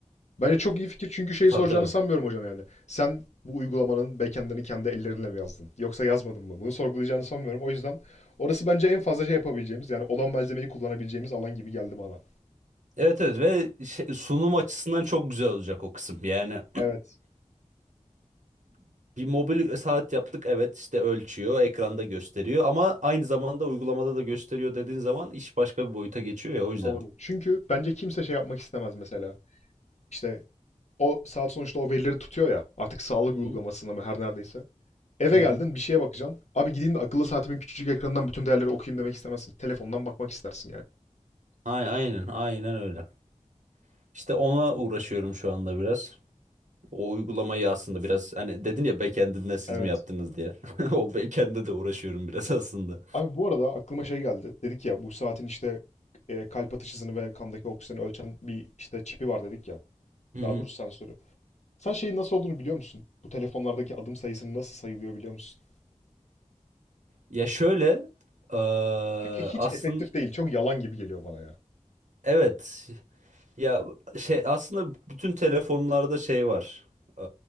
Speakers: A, on the left (about 65°); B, on the right (about 80°).
A: Bence çok iyi fikir çünkü şeyi
B: Tabii
A: soracağını
B: tabii.
A: sanmıyorum hocam yani. Sen bu uygulamanın backend'ini kendi ellerinle mi yazdın? Yoksa yazmadın mı? Bunu sorgulayacağını sanmıyorum. O yüzden orası bence en fazla şey yapabileceğimiz yani olan malzemeyi kullanabileceğimiz alan gibi geldi bana.
B: Evet evet ve şey- sunum açısından çok güzel olacak o kısım. Yani
A: Evet,
B: <clears throat> bir mobil saat yaptık evet işte ölçüyor, ekranda gösteriyor ama aynı zamanda uygulamada da gösteriyor dediğin zaman iş başka bir boyuta geçiyor ya o yüzden.
A: doğru. Çünkü bence kimse şey yapmak istemez mesela. İşte o saat sonuçta o verileri tutuyor ya artık sağlık
B: Hı
A: uygulamasında
B: hı.
A: mı her neredeyse. Eve
B: Hı
A: geldin
B: hı.
A: bir şeye bakacaksın. Abi gideyim de akıllı saatimin küçücük ekranından bütün değerleri okuyayım demek istemezsin. Telefondan bakmak istersin yani.
B: Ay- Aynen, aynen öyle. İşte ona uğraşıyorum şu anda biraz. O uygulamayı aslında biraz hani dedin ya backend'inde siz
A: Evet.
B: mi yaptınız diye. <laughs> O backend'e de uğraşıyorum biraz aslında.
A: Abi bu arada aklıma şey geldi. Dedik ya bu saatin işte e, kalp atış hızını ve kandaki oksijeni ölçen bir işte çipi var dedik ya.
B: Hı
A: Daha
B: hı.
A: doğrusu sensörü. Sen şeyin nasıl olduğunu biliyor musun? Bu telefonlardaki adım sayısının nasıl sayılıyor biliyor musun?
B: Ya şöyle eee
A: Çünkü hiç
B: aslında
A: efektif değil. Çok yalan gibi geliyor bana ya.
B: evet Ya şey aslında bütün telefonlarda şey var. Ee,